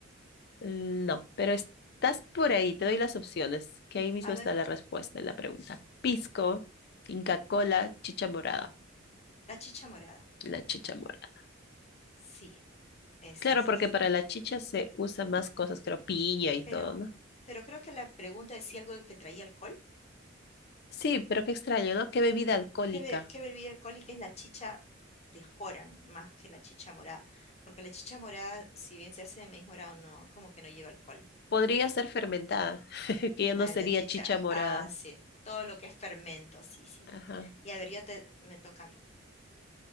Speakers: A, on the left (about 50°); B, on the left (about 30°).
A: Mm, No, pero estás por ahí, te doy las opciones, que ahí mismo
B: a ver,
A: está la respuesta de la pregunta. Pisco, Inca Cola, chicha morada.
B: la chicha morada.
A: La chicha morada.
B: Sí, ese
A: Claro,
B: es,
A: porque
B: es.
A: para la chicha se usa más cosas, creo, piña y todo,
B: Pero,
A: ¿no?
B: pero creo que la pregunta decía algo de que traía alcohol.
A: Sí, pero qué extraño, ¿no? Qué bebida alcohólica.
B: ¿Qué, be- qué bebida alcohólica es la chicha de Joran más que la chicha morada? Porque la chicha morada, si bien se hace de maíz morado, no, como que no lleva alcohol.
A: Podría ser fermentada, <laughs> que ya
B: La,
A: no sería
B: la chicha,
A: chicha morada.
B: ah, sí, todo lo que es fermento, sí, sí.
A: Ajá.
B: Y a ver, yo te, me toca a mí.